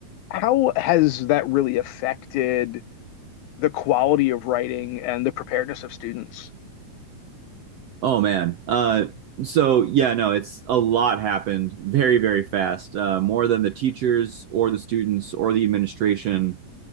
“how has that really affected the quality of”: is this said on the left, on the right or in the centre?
Left